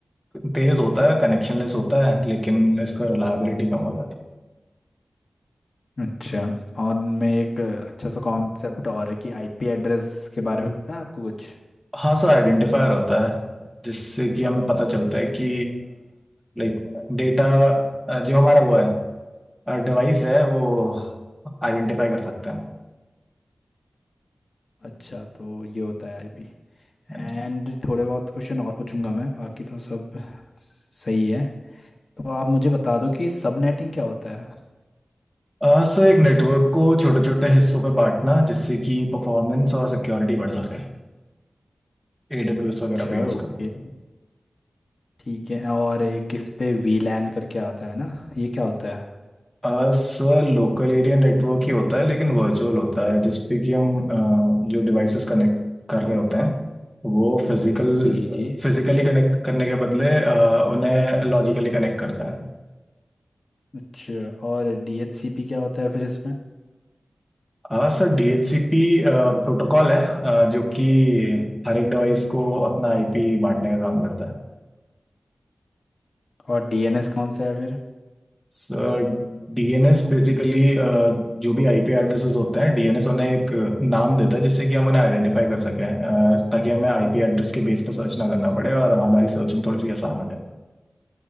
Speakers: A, in the centre; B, on the left (about 65°).
A: तेज होता है कनेक्शन लेस होता है लेकिन इसका रिलायबिलिटी कम हो जाती है
B: अच्छा और इनमें एक अच्छा सा कॉन्सेप्ट और है कि आईपी एड्रेस के बारे में पता है आपको कुछ
A: हाँ सर आइडेंटिफायर होता है जिससे कि हमें पता चलता है कि लाइक डेटा जो हमारा वो है डिवाइस है वो आइडेंटिफाई कर सकते हैं
B: अच्छा तो ये होता है आईपी
A: हम
B: एंड थोड़े बहुत क्वेश्चन और पूछूंगा मैं बाकी तो सब सही है तो आप मुझे बता दो कि सबनेटिंग क्या होता है
A: अ, सर एक नेटवर्क को छोटे छोटे हिस्सों पर बांटना जिससे कि परफॉर्मेंस और सिक्योरिटी बढ़ सके एडब्ल्यूएस वगैरह
B: अच्छा
A: पे यूज़
B: ओके
A: करो
B: ठीक है और एक इस पे वीलैन करके आता है ना ये क्या होता है
A: आ, सर लोकल एरिया नेटवर्क ही होता है लेकिन वर्चुअल होता है जिसपे कि हम आ, जो डिवाइसेस कनेक्ट कर रहे होते हैं वो फिजिकल
B: जी जी
A: फिजिकली कनेक्ट करने के बदले आ, उन्हें लॉजिकली कनेक्ट करता है
B: अच्छा और डीएचसीपी क्या होता है फिर इसमें
A: हाँ सर DHCP प्रोटोकॉल है आ, जो कि हर एक डिवाइस को अपना आईपी बांटने का काम करता है
B: और डीएनएस कौन सा है फिर
A: सर डीएनएस बेसिकली जो भी आईपी एड्रेसेस होते हैं डीएनएस उन्हें एक uh, नाम देता है जिससे कि हम उन्हें आइडेंटिफाई कर सकें अ, ताकि हमें आईपी एड्रेस के बेस पर सर्च ना करना पड़े और हमारी सर्चिंग थोड़ी सी आसान हो जाए